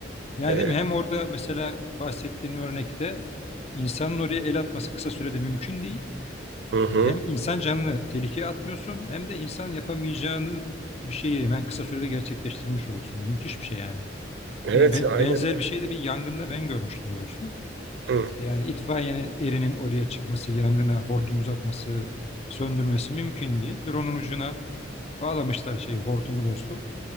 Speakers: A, on the left; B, on the right.
A: Yani
B: E,
A: değil mi? Hem orada mesela bahsettiğin örnekte insanın oraya el atması kısa sürede mümkün değil.
B: hı hı.
A: E, hem insan canını tehlikeye atmıyorsun hem de insan yapamayacağını bir şeyi hemen kısa sürede gerçekleştirmiş oluyorsun. Müthiş bir şey yani.
B: Evet
A: Ben- ben-
B: aynen.
A: Benzer bir şey de bir yangında ben görmüştüm dostum.
B: Hı,
A: Yani itfaiye erinin oraya çıkması, yangını hortum uzatması, söndürmesi mümkün değil. Drone'un ucuna bağlamışlar şeyi hortumu dostum.